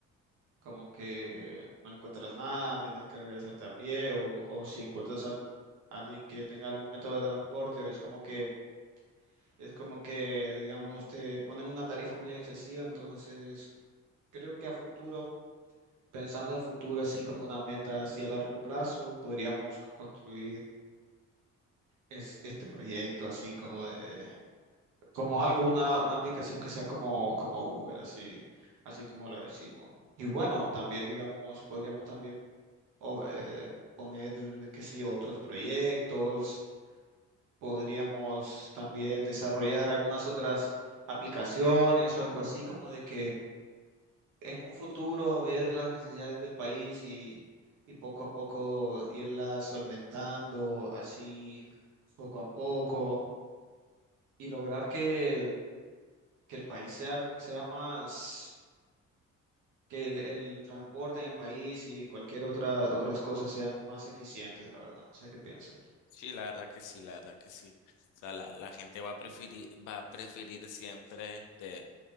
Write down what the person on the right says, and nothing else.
como que no encuentras nada, tienes que regresarte a pie o, o si encuentras a alguien que tenga algún método de transporte, es como que Es como que, digamos, te ponen una tarifa muy excesiva, entonces creo que a futuro, pensando en futuro, así como una meta así a largo plazo, podríamos c- construir es- este proyecto así como de, como algo, una, una aplicación que sea como, como Uber, así, así como lo decimos. Y bueno, también, digamos, podríamos también o- eh, poner, qué sé yo, otros proyectos Podríamos también desarrollar algunas otras aplicaciones o algo así, como de que en un futuro ver las necesidades del país y, y poco a poco irlas solventando, así poco a poco, y lograr que, que el país sea, sea más, que el, el transporte en el país y cualquier otra, otras cosas sean más eficientes, la verdad, no sé qué piensas.